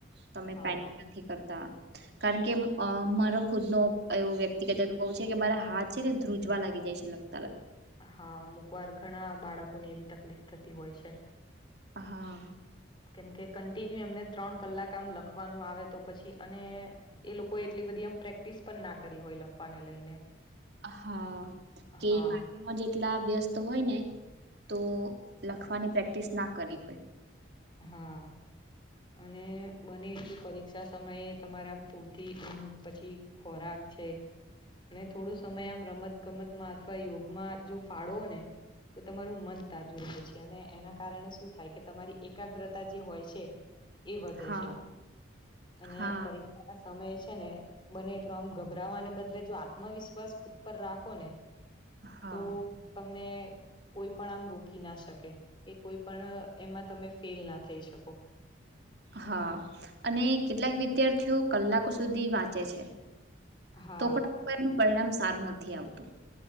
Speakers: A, on the right; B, on the left.
A: તમે
B: હા
A: પેનિક નથી કરતા કારણ કે અ મારો ખુદ નો એવો વ્યક્તિગત અનુભવ છે કે મારા હાથ છે ને ધ્રુજવા લાગી જાય છે લખતા
B: હા અમુક વાર ઘણા બાળકોને એવી તકલીફ થતી હોય છે
A: હા
B: કેમકે કન્ટિન્યુ એમને ત્રણ કલાક આમ લખવાનું આવે તો પછી અને એ લોકો એટલી બધી એમ પ્રેક્ટિસ પણ ના કરી હોય લખવાને લઈને
A: હા કે
B: હા
A: <unintelligible> જેટલા વ્યસ્ત હોય ને તો લખવાની પ્રેક્ટિસ ના કરી હોય
B: હા અને બને એટલ પરીક્ષા સમયે તમારે આમ પૂરતી પછી ખોરાક છે અને થોડું સમય આમ રમત ગમતમાં અથવા યોગમાં જો ફાળોવો ને તો તમારું મન તાજું રહે છે અને એના કારણે શું થાય કે તમારી એકાગ્રતા જે હોય છે એ વધે
A: હા
B: છે અને
A: હા
B: પરીક્ષા સમય છે ને બને એટલો આમ ગભરાવાને બદલે જો આત્મવિશ્વાસ ખુદ પર રાખો ને
A: હા
B: તો તમને કોઈ પણ આમ રોકી ના શકે કે કોઈ પણ એમાં તમે ફેલ ના થઈ શકો
A: હા અને કેટલાક વિદ્યાર્થીઓ કલાકો સુધી વાંચે છે
B: હા
A: તો પણ ઉપરનું પરિણામ સારું નથી આવતું